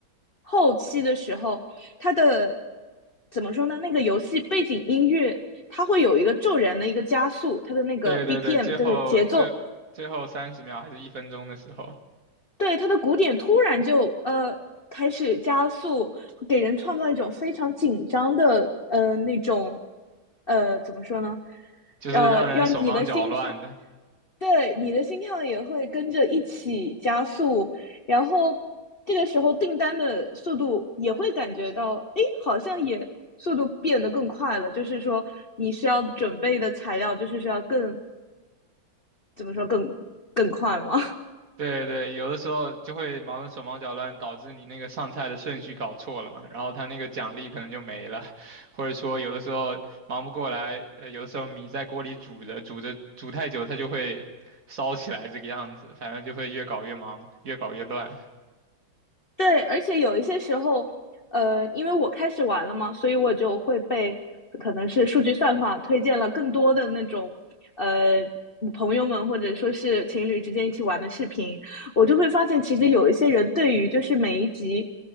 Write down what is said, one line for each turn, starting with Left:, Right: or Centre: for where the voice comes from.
Left: 后期的时候，它的怎么说呢？那个游戏背景音乐它会有一个骤然的一个加速，它的那个
Right: 对对对，
Left: BPM
Right: 最后这最后三十秒还是一分钟的时候，
Left: 这个节奏，对它的鼓点突然就呃开始加速，给人创造一种非常紧张的呃那种呃怎么说呢？
Right: 就是让人手忙脚乱的。
Left: 呃，让你的心跳对，你的心跳也会跟着一起加速，然后这个时候订单的速度也会感觉到，诶，好像也速度变得更快了。就是说，你需要准备的材料，就是需要更，怎么说，更更快吗？
Right: 对对，有的时候就会忙得手忙脚乱，导致你那个上菜的顺序搞错了嘛，然后他那个奖励可能就没了，<laughs> 或者说有的时候忙不过来，呃，有的时候米在锅里煮着煮着煮太久，它就会烧起来这个样子，反正就会越搞越忙，越搞越乱。
Left: 对，而且有一些时候，呃，因为我开始玩了嘛，所以我就会被可能是数据算法推荐了更多的那种，呃，朋友们或者说是情侣之间一起玩的视频，我就会发现其实有一些人对于就是每一集。